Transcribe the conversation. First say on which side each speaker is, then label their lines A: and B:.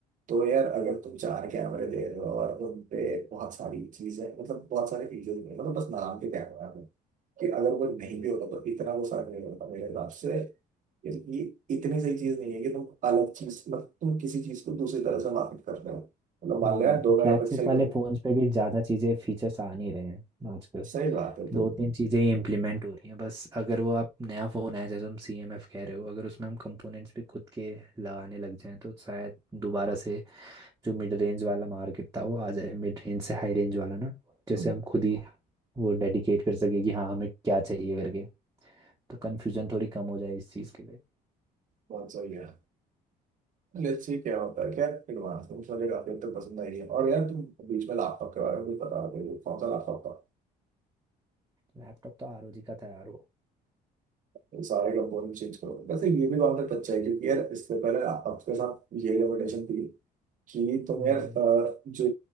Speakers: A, on the right (about 50°); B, on the right (about 20°).
A: तो यार अगर तुम चार कैमरे दे रहे हो और उन पे बहुत सारी चीजें मतलब बहुत सारे फीचर्स नहीं मतलब बस नाम के कैमरा है कि अगर वो नहीं भी होगा तो इतना वो फर्क नहीं पड़ता मेरे हिसाब से यार ये इतनी सही चीज नहीं है कि तुम अलग चीज मतलब तुम किसी चीज को दूसरी तरह से मार्केट कर रहे हो मतलब मान
B: हम्म,
A: लो यार दो
B: फ्लैगशिप
A: मेगा पिक्सल
B: वाले
A: का
B: फोन्स पे भी ज्यादा चीजें फीचर्स आ नहीं रहे हैं आजकल
A: सही बात है तुम
B: दो तीन चीजें ही इम्प्लीमेंट हो रही हैं बस अगर वो आप नया फोन है जैसे तुम सी एम एफ कह रहे हो अगर उसमें हम कंपोनेंट्स भी खुद के लगाने लग जाएं तो शायद दोबारा से जो मिड रेंज वाला मार्केट था वो आ जाए मिड रेंज से हाई रेंज वाला ना जैसे
A: हम्म,
B: हम खुद ही वो डेडिकेट कर सके कि हाँ हमें क्या चाहिए करके तो कन्फ्यूजन थोड़ी कम हो जाए इस चीज़ के लिए
A: बहुत सही है लेट्स सी क्या होता है क्या एडवांस में मुझे काफी हद तक पसंद आई है और यार तुम बीच में लैपटॉप के बारे में कुछ बता रहे हो कौन सा लैपटॉप था
B: लैपटॉप तो आरओजी का था यार वो
A: ये सारे कंपोनेंट चेंज करो वैसे ये भी कॉन्सेप्ट अच्छा है क्योंकि यार इससे पहले लैपटॉप के साथ ये लिमिटेशन थी कि तुम
B: हम्म।
A: यार अ, जो